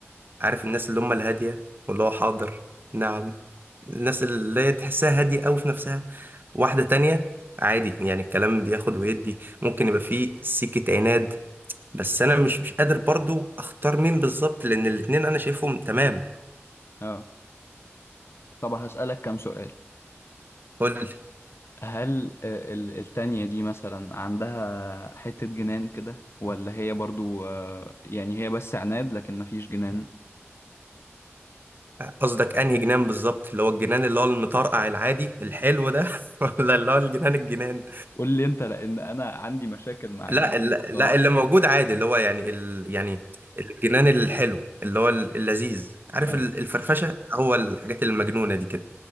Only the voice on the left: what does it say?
اه طب هسألك كام سؤال
هل آه، ال- التانية دي مثلا عندها حتة جنان كده ولا هي برضو آه، يعني هي بس عناد لكن مفيش جنان
قول لي انت لأن أنا عندي مشاكل مع الجنان
بصراحة
أيوه